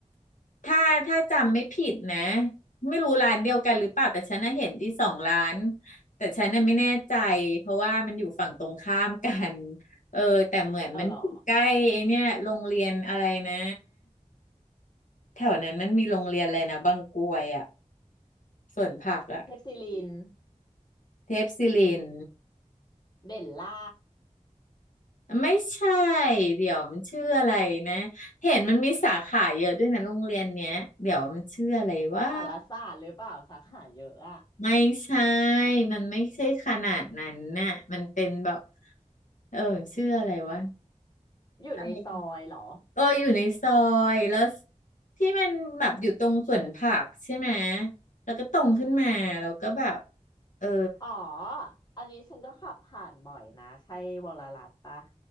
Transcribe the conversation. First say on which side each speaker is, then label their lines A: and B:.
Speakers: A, on the left; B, on the left.
A: ถ้าถ้าจำไม่ผิดนะไม่รู้ร้านเดียวกันหรือเปล่าแต่ฉันน่ะเห็นที่สองร้านแต่ฉันน่ะไม่แน่ใจเพราะว่ามันอยู่ฝั่งตรงข้ามกันเออแต่เหมือนมันอยู่ใกล้ไอเนี่ยโรงเรียนอะไรนะ
B: เออหรอ
A: แถวนั้นมันมีโรงเรียนอะไรนะบางกรวยอะสวนผักอะ
B: เทพศิริน
A: เทพศิริน
B: เด่นล่า
A: ไม่ใช่เดี๋ยวมันชื่ออะไรนะเห็นมันมีสาขาเยอะด้วยนะโรงเรียนเนี้ยเดี๋ยวมันชื่ออะไรว่า
B: สารศาสตร์หรือเปล่าสาขาเยอะอ่ะ
A: ไม่ใช่มันไม่ใช่ขนาดนั้นน่ะมันเป็นแบบเออชื่ออะไรวะ
B: อยู่ในซอยเหรอ
A: อะไรเอออยู่ในซอยแล้วที่มันแบบอยู่ตรงสวนผักใช่ไหมแล้วก็ตรงขึ้นมาแล้วก็แบบเออ
B: อ๋ออันนี้ฉันก็ขับผ่านบ่อยนะใช่วรรัตน์ปะ